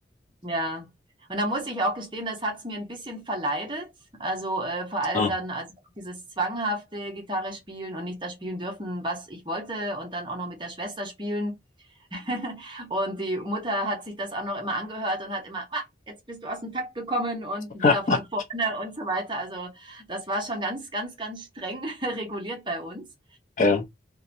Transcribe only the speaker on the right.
Ja. Und da muss ich auch gestehen, das hat's mir ein bisschen verleidet. Also äh, vor allem
dann, also dieses zwanghafte Gitarre spielen und nicht das spielen dürfen, was ich wollte, und dann auch noch mit der Schwester spielen. <laughs> Und die Mutter hat sich das auch noch immer angehört und hat immer, ah, jetzt bist du aus dem Takt gekommen und
wieder von vorne <laughs> und so weiter. Also das war schon ganz, ganz, ganz streng <laughs> reguliert bei uns.